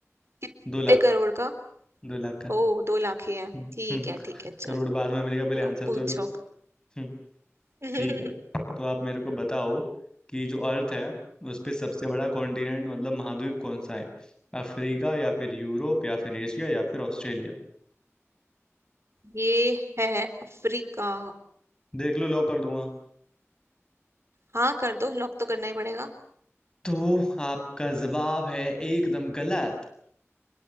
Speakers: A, on the right; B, on the left.
A: कितने
B: दो लाख
A: करोड़ का
B: दो लाख का
A: ओ दो लाख ही है
B: हम्म
A: ठीक
B: हम्म,
A: है ठीक है
B: करोड़
A: चलो
B: बाद में मिलेगा पहले आंसर
A: पूछो
B: तो दो हम्म
A: <laughs> हम्म
B: ठीक है तो आप मेरे को बताओ कि जो अर्थ है उस पे सबसे बड़ा कॉन्टिनेंट मतलब महाद्वीप कौन सा है अफ्रीका या फिर यूरोप या फिर एशिया या फिर ऑस्ट्रेलिया
A: ये है अफ्रीका
B: देख लो लॉक कर दूंगा
A: हाँ कर दो लॉक तो करना ही पड़ेगा
B: तो आपका जवाब है एकदम गलत